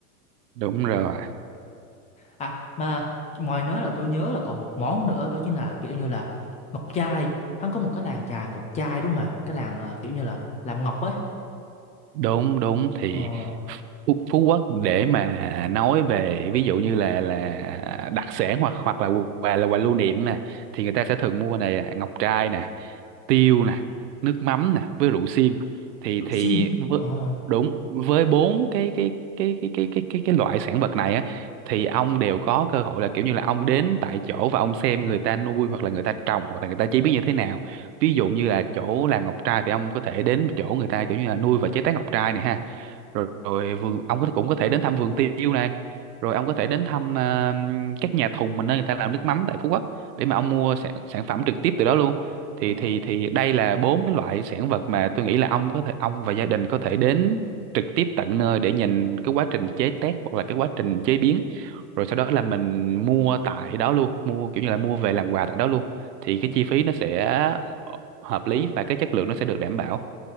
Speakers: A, on the right; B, on the left.
A: đúng rồi
B: À mà ngoài nớ là tôi nhớ là còn một món nữa đó chính là kiểu như là ngọc chai. Hắn có một cái làng chài ngọc chai đúng không ạ? Cái làng ờ, kiểu như là làm ngọc ấy.
A: đúng đúng thì
B: Ờ,
A: Phú, Phú Quốc để mà nói về ví dụ như là là đặc sản hoặc hoặc là quà là quà lưu niệm nè thì người ta sẽ thường mua này à, ngọc trai nè tiêu nè nước mắm nè với rượu sim thì
B: rượu
A: thì
B: sim.
A: với,
B: Ờ,
A: đúng với bốn cái cái cái cái cái cái cái cái loại sản vật này á thì ông đều có cơ hội là kiểu như là ông đến tại chỗ và ông xem người ta nuôi hoặc là người ta trồng hoặc là người ta chế biến như thế nào ví dụ như là chỗ làm ngọc trai thì ông có thể đến chỗ người ta kiểu như là nuôi và chế tác ngọc trai này ha rồi, rồi vườn ông có cũng có thể đến thăm vườn tiêu này rồi ông có thể đến thăm ờ, các nhà thùng mà nơi người ta làm nước mắm tại Phú Quốc để mà ông mua sản, sản phẩm trực tiếp từ đó luôn thì
B: ờ,
A: thì thì đây là bốn cái loại sản vật mà tôi nghĩ là ông có thể ông và gia đình có thể đến trực tiếp tận nơi để nhìn cái quá trình chế tác hoặc là cái quá trình chế biến rồi sau đó là mình mua tại đó luôn mua kiểu như là mua về làm quà tại đó luôn thì cái chi phí nó sẽ ờ, hợp lý và cái chất lượng nó sẽ được đảm bảo